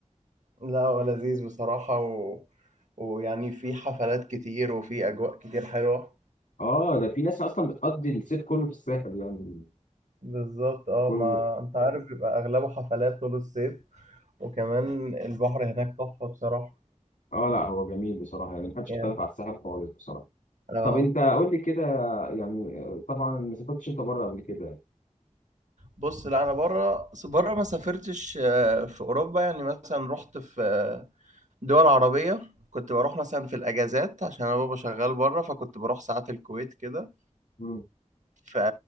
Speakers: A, on the right; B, on the left.
A: لا هو لذيذ بصراحة و... ويعني في حفلات كتير وفي أجواء كتير حلوة
B: اه ده في ناس اصلا بتقضي الصيف كله في الساحل يعني
A: بالظبط اه
B: كل
A: ما أنت عارف بيبقى أغلبه حفلات طول الصيف وكمان البحر هناك تحفة بصراحة
B: اه لا هو جميل بصراحه يعني محدش
A: يعني
B: اختلف على الساحل خالص بصراحه
A: اه
B: طب انت قول لي كده يعني آه، طبعا ما سافرتش انت بره قبل كده
A: بص لا أنا بره بره ما سافرتش آه، في أوروبا يعني مثلا رحت في آه، دول عربية كنت بروح مثلا في الأجازات عشان أنا بابا شغال بره فكنت بروح ساعات الكويت كده
B: مم.
A: في